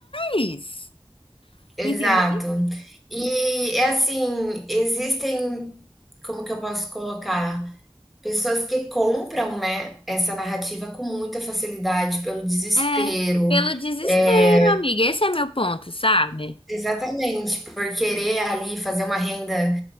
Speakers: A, on the left (about 70°); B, in the centre.
A: reais.
B: Exato.
A: Entendeu?
B: E é assim, existem como que eu posso colocar? Pessoas que compram, né, essa narrativa com muita facilidade pelo desespero.
A: É, pelo desespero,
B: É,
A: amiga. Esse é meu ponto, sabe?
B: exatamente, por querer ali fazer uma renda